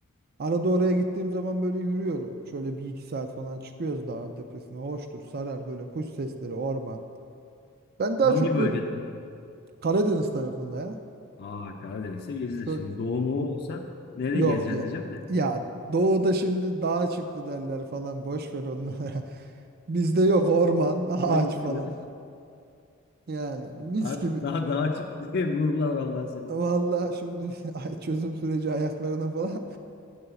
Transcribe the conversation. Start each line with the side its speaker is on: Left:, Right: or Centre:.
Right: Arada oraya gittiğim zaman böyle yürüyorum. Şöyle bir iki saat falan çıkıyoruz dağın tepesine. Hoştur, sarar böyle kuş sesleri, orman. Ben daha
Left: Hangi
Right: çok
Left: bölgede?
Right: böyle Karadeniz tarafında ya.
Left: Aa Karadeniz'de gezilir.
Right: Şöyle
Left: Şimdi doğu mu olsa nereye
Right: yok
Left: gezeceksin
Right: ya.
Left: diyeceğim de.
Right: Ya doğuda şimdi dağa çıktı derler falan boş ver onları. <laughs> Bizde yok orman, <laughs> ağaç
Left: Öyle söylüyorum.
Right: falan. Yani mis
Left: Abi
Right: gibi
Left: Daha daha çık <laughs> diye vururlar vallahi seni.
Right: Vallahi şimdi <laughs> ay- çözüm süreci ayaklarına falan